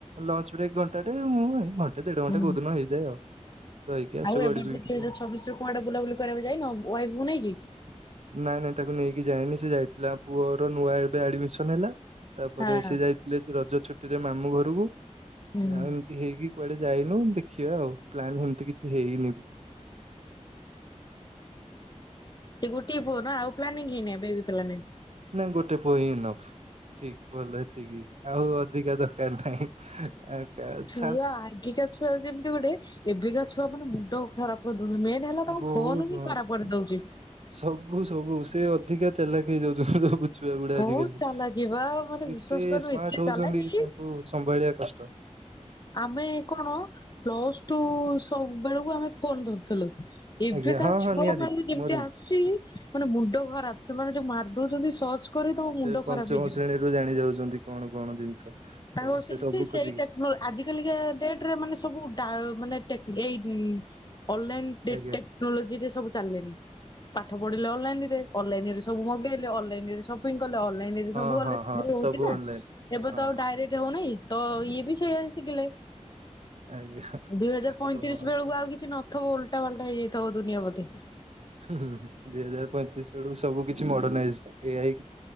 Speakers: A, on the right; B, on the left.
A: ଲଞ୍ଚ ବ୍ରେକ୍ ଘଣ୍ଟା ଟେ। ମୁଁ ଏଇ। <unintelligible> ଘଣ୍ଟେ ଦେଢ
B: ହୁଁ
A: ଘଣ୍ଟା କୋଉ ଦିନ ହେଇଯାଏ ଆଉ। ରହିକି ଆସୁ
B: ଆଉ ଏ
A: <unintelligible>
B: ବର୍ଷ ଦୁଇ ହଜାର
A: ଆଉ।
B: ଛବିଶରେ କୁଆଡେ ବୁଲା ବୁଲି କରିବାକୁ ଯାଇନ ୱାଇଫକୁ ନେଇକି?
A: ନାଇଁ ନାଇଁ ତାକୁ ନେଇକି ଯାଇନି ସେ ଯାଇଥିଲା ପୁଅର ନୂଆ ଏବେ ଆଡମିସନ ହେଲା ତାପରେ
B: ହଁ।
A: ସେ ଯାଇ ଥିଲେ ରଜ ଛୁଟିରେ ମାମୁଁ ଘରକୁ
B: ହୁଁ
A: ଆଉ ତି ହେଇକି କୁଆଡେ ଯାଇନୁ ଦେଖିବା ଆଉ ପ୍ଲାନ୍ ସେମିତି କିଛି ହେଇନି ବି।
B: ସେ ଗୋଟିଏ ପୁଅ ନା ଆଉ ପ୍ଲାନିଙ୍ଗ ହେଇ ବେବି ପ୍ଲାନିଙ୍ଗ
A: ନାଇଁ ଗୋଟେ ପୁଅ ହିଁ ଏନଫ୍। ଠିକ ଭଲ ଏତିକି ଆଉ ଅଧିକା ଦରକାର ନାହିଁ ଆଉ କା
B: ଛୁଆ
A: ଛା
B: ଆଜିକା ଛୁଆ ଯେମିତି ଗୋଟେ ଏବେକା ଛୁଆ ମାନେ ମୁଣ୍ଡ ଖରାପ ମେନ୍ ହେଲା ତାଙ୍କୁ
A: ବହୁତ
B: ଫୋନ ହିଁ
A: ହଁ।
B: ଖରାପ କରି ଦଉଛି।
A: ସବୁ ସବୁ ସେ ଅଧିକା ଚାଲାକି ହେଇଯାଉଛନ୍ତି ସବୁ। ଛୁଆ ଗୁଡା
B: ବହୁତ
A: ଆଜିକାଲି
B: ଚାଲାକି ବା ମାନେ ବିଶ୍ଵାସ
A: ଏତେ
B: କରିବ
A: ସ୍ମାର୍ଟ
B: ଏତେ
A: ହଉଛନ୍ତି
B: ଚାଲାକି
A: ତାଙ୍କୁ ସମ୍ଭାଳିବା କଷ୍ଟ।
B: ଆମେ କଣ ପ୍ଲସ ଟୁ ସବୁ ବେଳକୁ ଆମେ ଫୋନ ଧରୁଥିଲୁ ଏବେକାରା
A: ଆଜ୍ଞା ହଁ
B: ଛୁଆ
A: ହଁ ନିହାତି
B: ମାନେ ଯେମିତି
A: ମୋର ବି
B: ଆସୁଛି ମାନେ ମୁଣ୍ଡ ଖରାପ ସେମାନେ ଯୋଉଁ ମାରିଦଉଛନ୍ତି ସ କରି ତମ
A: ସେ
B: ମୁଣ୍ଡ
A: ପଞ୍ଚମ
B: ଖରାପ ହେଇଯିବ।
A: ଶ୍ରେଣୀରୁ ଜାଣି ଯାଉଛନ୍ତି କଣ କଣ ଜିନିଷ। ସବୁ
B: ତାଙ୍କ
A: ସବୁ
B: ସେ ସେଇ
A: ଖୋଜିକି
B: ଟେକ ଆଜିକାଲିକା ଡେଟରେ ମାନେ ସବୁ ମାନେ ଏଇ ଅନଲାଇନ
A: ଆଜ୍ଞା
B: ଟେକ୍ନୋଲୋଜିରେ ସବୁ ଚାଲିଲେଣି। ପାଠ ପଢିଲେ ଅନଲାଇନ ରେ ଅନଲାଇନ ରେ ସବୁ ମଗେଇଲେ। ଅନଲାଇନ ରେ ସପିଂ କଲେ ଅନଲାଇନରେ
A: ହଁ
B: ସବୁ ଗଲେ
A: ହଁ
B: ସବୁ
A: ହଁ
B: ହଉଛି ନା
A: ଅନଲାଇନ।
B: ଏବେ
A: ହଁ
B: ତ ଆଉ ଡାଇରେକ୍ଟ ହଉନାହିଁ ତ ଇଏ ବି ସେଇଆ ଶିଖିଲେ।
A: ଆଜ୍ଞା
B: ଦୁଇ ହଜାର ପଇଁତିରିଶ
A: କଣ
B: ବେଳକୁ ଆଉ କିଛି ନଥିବ ଓଲଟା ଫାଲଟା ହେଇଯାଇଥିବ ଦୁନିଆ ବୋଧେ।
A: ହୁଁ ହୁଁ ଦୁଇ ହଜାର ପଇଁତିରିଶ ବେଳ କୁ ସବୁ କିଛି ମୋର୍ଡେନାଇଜ ଏ ଆଇ